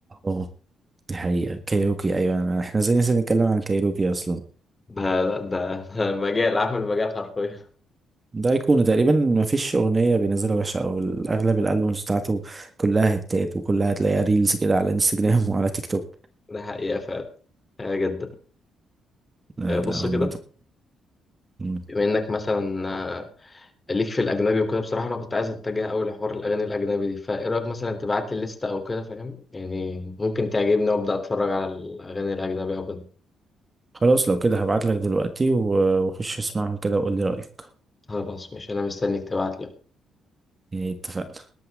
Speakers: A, on the right (about 25°); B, on the left (about 25°).
A: اه دي حقيقة كايروكي أيوة أنا- احنا زي ناس نتكلم عن كايروكي أصلا
B: ده ده ده ده مجال عامل مجال حرفيا
A: ده أيقونة تقريبا مفيش أغنية بينزلها وحشة أو أغلب الألبومز بتاعته كلها هتات وكلها هتلاقيها ريلز كده على انستجرام <laughs> وعلى تيك توك
B: ده حقيقه فعلا حقيقة جدا
A: لا
B: آه، بص
A: لا
B: كده
A: هم ت- مم.
B: بما انك مثلا آه، ليك في الاجنبي وكده بصراحه انا كنت عايز اتجه اول لحوار الاغاني الاجنبي دي فايه رايك مثلا تبعت لي الليسته او كده فاهم يعني ممكن تعجبني وابدا اتفرج على الاغاني الاجنبي او كده
A: خلاص لو كده هبعتلك دلوقتي و- وخش اسمعهم كده وقول لي رأيك
B: خلاص ماشي انا مستنيك تبعت لي
A: اتفقنا